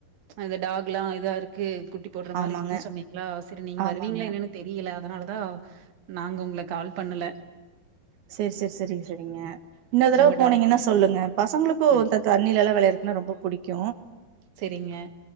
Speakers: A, on the right; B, on the right.
A: அது டாக்லா இதா இரு க்கு குட்டி போட்ற
B: ஆமாங்க
A: மாரி இருக்குன் சொன்னீங்ளா செரி நீங்க
B: ஆமாங்க.
A: வருவீங்ளா என்னன் தெரியல அதனாலதா நாங்க உங்ள கால் பண்ணல
B: சேர் சேர் செரிங்க செரிங்க இன்னொரு தடவ
A: உங்க
B: போனீங்கன்னா
A: டாக்
B: சொல்லுங்க பசங்ளுக்கு
A: ம்.
B: இத்த தண்ணிலல்லா வெளயார துன்னா ரொம்ப புடிக்கு
A: செரிங்க